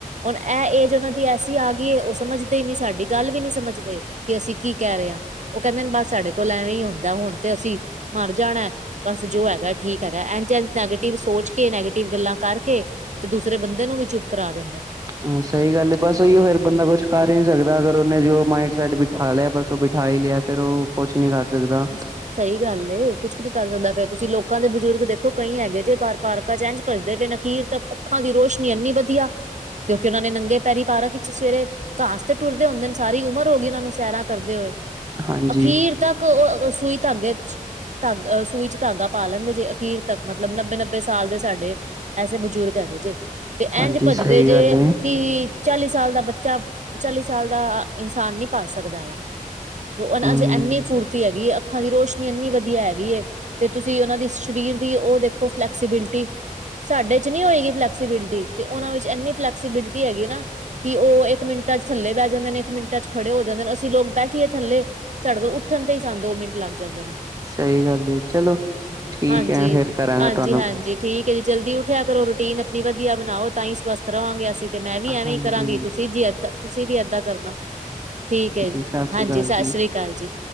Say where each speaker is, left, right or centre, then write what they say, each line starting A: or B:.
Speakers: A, on the right; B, on the right.
A: ਹੁਣ ਇਹ ਏਜ ਉਹਨਾਂ ਦੀ ਐਸੀ ਆ ਗਈ ਏ ਉਹ ਸਮਝਦੇ ਹੀ ਨੀ ਸਾਡੀ ਗੱਲ ਵੀ ਨੀ ਸਮਝਦੇ ਕਿ ਅਸੀਂ ਕੀ ਕਹਿ ਰਹੇ ਆ ਉਹ ਕਹਿੰਦੇ ਨੇ ਬਸ ਸਾਡੇ ਕੋਲ ਐਵੇਂ ਹੀ ਹੁੰਦਾ ਹੁਣ ਤੇ ਅਸੀਂ ਮਰ ਜਾਣਾ। ਬਸ ਜੋ ਹੈਗਾ ਠੀਕ ਹੈਗਾ ਇੰਝ ਇਜ ਨੈਗੇਟਿਵ ਸੋਚ ਕੇ ਨੈਗੇਟਿਵ ਗੱਲਾਂ ਕਰਕੇ। ਤੇ ਦੂਸਰੇ ਬੰਦੇ ਨੂੰ ਵੀ ਚੁੱਪ ਕਰਾ ਦਿੰਦੇ ਨੇ।
B: ਹਾਂ ਸਹੀ ਗੱਲ ਇਹ ਬਸ ਉਹੀਓ ਫਿਰ ਬੰਦਾ ਕੁਛ ਕਰ ਈ ਨੀ ਸਕਦਾ ਅਗਰ ਉਹਨੇ ਜੋ ਮਾਇੰਡ ਸੈਟ ਬਿਠਾ ਲਿਆ ਬਸ ਉਹ ਬਿਠਾ। ਬਿਠਾ ਈ ਲਿਆ ਫਿਰ ਉਹ ਕੁਛ ਨਹੀਂ ਕਰ ਸਕਦਾ।
A: ਨੇ। ਸਹੀ ਗੱਲ ਏ ਕੁੱਛ ਨੀ ਕਰ ਸਕਦਾ ਫੇਰ ਤੁਸੀਂ ਲੋਕਾਂ ਦੇ ਬਜ਼ੁਰਗ ਦੇਖੋ ਕਈ ਹੈਗੇ ਜੇ ਬਾਹਰ ਪਾਰਕ ਪਾਰਕਾਂ ਚ ਇੰਜ ਭਜਦੇ ਪਏ ਅਖੀਰ ਤਾਂ ਅੱਖਾਂ ਦੀ ਰੋਸ਼ਨੀ ਐੰਨੀ ਵਧੀਆ। ਕਿਉਂਕਿ ਉਹਨਾਂ ਨੇ ਨੰਗੇ ਪੈਰੀ ਪਾਰਕ ਵਿੱਚ ਸਵੇਰੇ ਘਾਸ ਤੇ ਤੁਰਦੇ ਹੁੰਦੇ ਨੇ ਸਾਰੀ ਉਮਰ ਹੋ ਗਈ। ਉਹ ਨੂੰ ਸੈਰਾਂ ਕਰਦੇ ਹੋਏ।
B: ਹਾਂਜੀ
A: ਅਖੀਰ ਤੱਕ ਉਹ ਸੂਈ ਧਾਗੇ ਵਿੱਚ। ਧਾਗਾ ਸੂਈ 'ਚ ਧਾਗਾ ਪਾ ਲੈਂਦੇ ਜੇ ਅਖੀਰ ਤੱਕ ਮਤਲਬ ਨੱਬੇ ਨੱਬੇ ਸਾਲ ਦੇ ਸਾਡੇ। ਐਸੇ ਬਜ਼ੁਰਗ ਹੈਗੇ ਜੇ ਤੇ
B: ਹਾਂਜੀ
A: ਇੰਝ ਭੱਜਦੇ
B: ਸਹੀ ਗੱਲ
A: ਜੇ
B: ਹੈ
A: ਕਿ। ਚਾਲੀ ਸਾਲ ਦਾ ਬੱਚਾ ਚਾਲੀ ਸਾਲ ਦਾ ਇਨਸਾਨ ਨੀ ਪਾ ਸਕਦਾ ਹੈਗਾ। ਉਹਨਾਂ
B: ਹਮ
A: 'ਚ ਐੰਨੀ ਫੁਰਤੀ ਹੈਗੀ ਹੈਏ ਏ ਅੱਖਾਂ ਦੀ ਰੋਸ਼ਨੀ ਐੰਨੀ ਵਧੀਆ ਹੈਗੀ ਏ। ਤੇ ਤੁਸੀਂ ਉਹਨਾਂ ਦੀ ਸਰੀਰ ਦੀ ਉਹ ਦੇਖੋ ਫਲੈਕਸੀਬਿਲਿਟੀ। ਸਾਡੇ 'ਚ ਨਹੀਂ ਹੋਏਗੀ ਫਲੈਕਸੀਬਿਲਿਟੀ ਤੇ ਉਹਨਾਂ ਵਿੱਚ ਇੰਨੀ ਫਲੈਕਸੀਬਿਲਿਟੀ ਹੈਗੀ ਨਾ। ਕਿ ਉਹ ਇੱਕ ਮਿੰਟਾਂ 'ਚ ਥੱਲੇ ਬਹਿ ਜਾਂਦੇ ਨੇ ਇੱਕ ਮਿੰਟਾਂ 'ਚ ਖੜੇ ਹੋ ਜਾਂਦੇ ਨੇ ਅਸੀਂ ਲੋਕ ਬੈਠੀਏ ਥੱਲੇ। ਸਾਡੇ ਤੋਂ ਉੱਠਣ ਤੇ ਹੀ ਸਾਨੂੰ ਦੋ ਮਿੰਟ ਲੱਗ ਜਾਂਦੇ ਨੇ।
B: ਸਹੀ ਗੱਲ ਹੈ ਚਲੋ ਠੀਕ
A: ਹਾਂਜੀ।
B: ਹੈ ਫੇਰ ਕਰਾਂਗਾ
A: ਹਾਂਜੀ-ਹਾਂਜੀ
B: ਤੁਹਾਨੂੰ।
A: ਠੀਕ ਹੈ ਜੀ ਜਲਦੀ ਉੱਠਿਆ ਕਰੋ। ਰੂਟੀਨ ਆਪਣੀ ਵਧੀਆ ਬਣਾਓ ਤਾਂ ਹੀ ਸਵਸਥ ਰਵਾਂਗੇ ਅਸੀਂ। ਤੇ ਮੈਂ ਵੀ ਐਵੇਂ
B: ਹਾਂਜੀ
A: ਹੀ ਕਰਾਂਗੀ ਤੁਸੀਂ ਜੀ ਏਦਾਂ ਤੁਸੀਂ ਵੀ ਏਦਾਂ ਕਰਨਾ। ਠੀਕ ਹੈ ਜੀ,
B: ਸਤਿ ਸ੍ਰੀ
A: ਹਾਂਜੀ,
B: ਅਕਾਲ
A: ਸਤਿ
B: ਜੀ
A: ਸ੍ਰੀ ਅਕਾਲ ਜੀ।